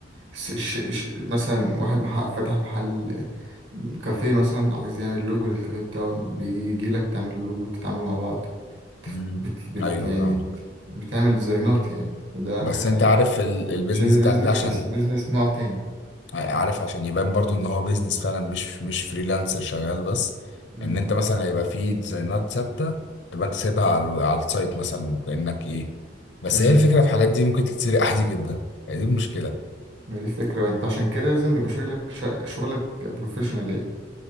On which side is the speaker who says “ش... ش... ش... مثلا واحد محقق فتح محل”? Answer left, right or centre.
Right